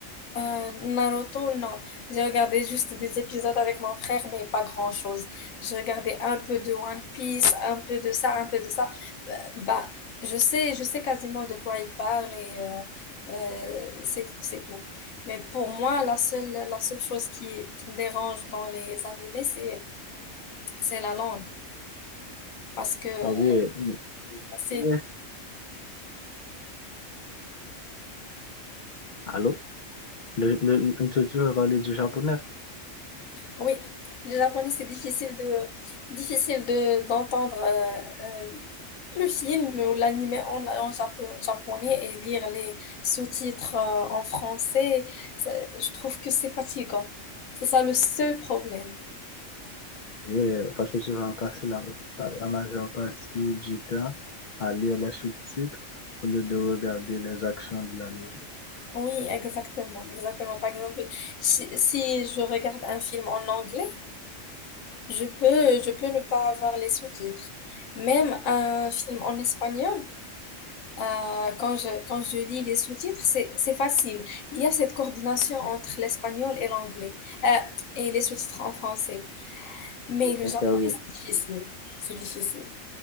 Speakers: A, on the left (about 85°); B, on the left (about 60°).
A: Euh, Naruto, non. J'ai regardé juste des épisodes avec mon frère, mais pas grand-chose. J'ai regardé un peu de One Piece, un peu de ça, un peu de ça. Bah, je sais, je sais quasiment de quoi il parle et euh, euh, c'est, c'est tout. Mais pour moi, la seule, la seule chose qui, qui me dérange dans les animés, c'est, c'est la langue. Parce que euh,
B: Ah oui,
A: c'est,
B: euh, allô? Le, le, le- tu, tu veux parler du japonais?
A: oui, le japonais, c'est difficile de, difficile de, d'entendre euh, euh, le film ou l'animé en, en japo- japonais et lire les sous-titres euh, en français. Ça- je trouve que c'est fatigant. C'est ça le seul problème.
B: Oui, euh, parce que tu vas passer la, la, la majeure partie du temps à lire les sous-titres au lieu de regarder les actions de l'anime.
A: Oui, exactement, exactement. Par exemple, si, si je regarde un film en anglais, je peux, je peux ne pas avoir les sous-titres. Même un film en espagnol, euh, quand je, quand je lis les sous-titres, c'est, c'est facile. Il y a cette coordination entre l'espagnol et l'anglais, euh, et les sous-titres en français. Mais
B: Le
A: le
B: français,
A: japonais,
B: oui.
A: c'est difficile. C'est difficile.